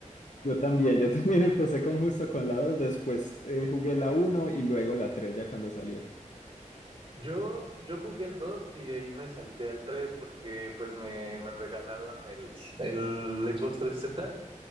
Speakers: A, on the left; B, on the right.
A: Yo también, yo también <laughs> empecé con justo con la 2 después eh, jugué la uno y luego la 3 ya cuando salió.
B: Yo, yo jugué el 2 y de ahí me salté al 3 porque pues me, me regalaron el, el Xbox 360